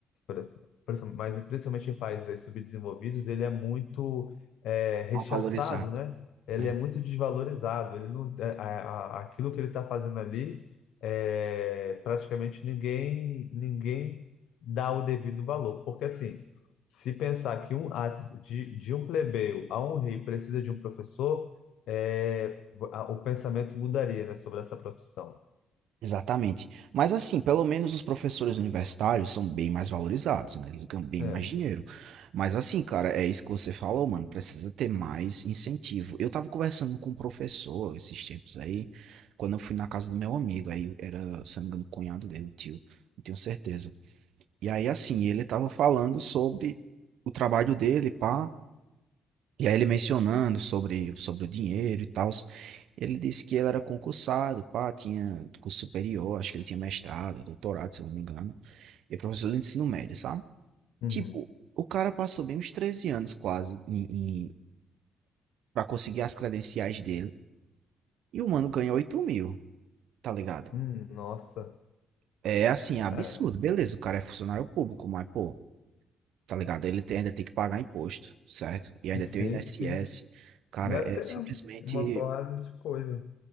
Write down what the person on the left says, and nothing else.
pri- principal- mas principalmente em países aí subdesenvolvidos, ele é muito é, rechaçado,
né? Ele
é muito desvalorizado. Ele não, é, a- a- aquilo que ele está fazendo ali, é, praticamente ninguém ninguém dá o devido valor, porque assim se pensar que um, a- de, de um plebeu a um rei precisa de um professor, é a- o pensamento mudaria, né, sobre essa profissão.
É.
Uhum.
Hum, nossa.
É.
Sim,
sim.
Dá
até
uma porrada de coisa.